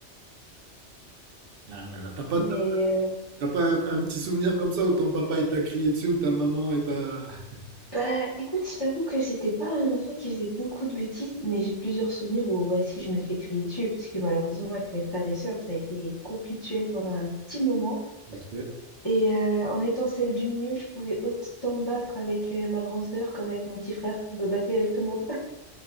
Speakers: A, on the right; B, on the left.
A: Ah là là, t'as pas,
B: Mais euh,
A: t'as pas un, un petit souvenir comme ça où ton papa il t'a crié dessus ou ta maman et t'a... <laughs>
B: bah, écoute, je t'avoue que j'étais pas un enfant qui faisait beaucoup de bêtises, mais j'ai plusieurs souvenirs où, ouais, si je me fais crier dessus, parce que malheureusement, avec mes frères et sœurs, ça a été conflictuel pendant un petit moment.
A: Ok,
B: Et euh, en étant celle du milieu, je pouvais autant me battre avec euh, ma grande sœur comme avec mon petit frère. Je me battais avec tout le monde.